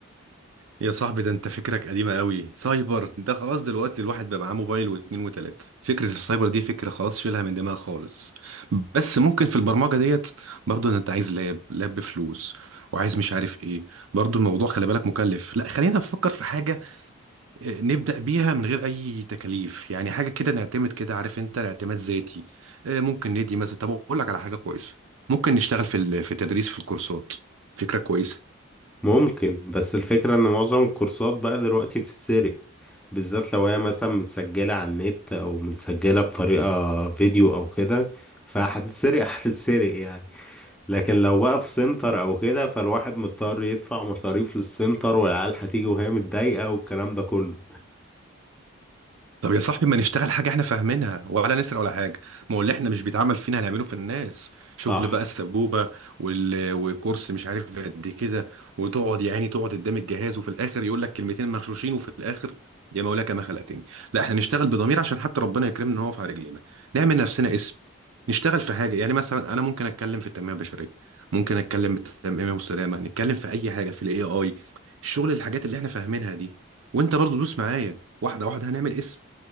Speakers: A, on the right; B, in the centre.
A: يا صاحبي ده انت فكرك قديمة قوي سايبر ده خلاص دلوقتي الواحد بقى معاه موبايل واتنين وتلاتة فكرة السايبر دي فكرة خلاص شيلها من دماغ خالص بس ممكن في البرمجة ديت برضو ان انت عايز لاب لاب بفلوس وعايز مش عارف ايه برضو الموضوع خلي بالك مكلف لا خلينا نفكر في حاجة اه، نبدأ بيها من غير اي تكاليف يعني حاجة كده نعتمد كده عارف انت اعتماد ذاتي اه، ممكن ندي مثلا طب اقول لك على حاجة كويسة ممكن نشتغل في ال- في التدريس في الكورسات فكرة كويسة
B: ممكن بس الفكرة ان معظم الكورسات بقى دلوقتي بتتسرق بالذات لو هي مثلا متسجلة على النت او متسجلة بطريقة فيديو او كده فهتتسرق <laughs> هتتسرق يعني لكن لو بقى في سنتر او كده فالواحد مضطر يدفع مصاريف للسنتر والعيال هتيجي وهي متضايقة والكلام ده كله
A: طب يا صاحبي ما نشتغل حاجة احنا فاهمينها ولا نسرق ولا حاجة ما هو اللي احنا مش بيتعمل فينا هنعمله في الناس
B: صح
A: شغل بقى السبوبة وال... وكورس مش عارف قد كده وتقعد يا عيني تقعد قدام الجهاز وفي الآخر يقول لك كلمتين مغشوشين وفي الآخر يا مولاك ما خلقتني لا احنا نشتغل بضمير عشان حتى ربنا يكرمنا ان هو في على رجلينا نعمل نفسنا اسم نشتغل في حاجة يعني مثلا انا ممكن اتكلم في التنمية البشرية ممكن اتكلم في التنمية المستدامة نتكلم في اي حاجة في الاي اي الشغل الحاجات اللي احنا فاهمينها دي وانت برضو دوس معايا واحدة واحدة هنعمل اسم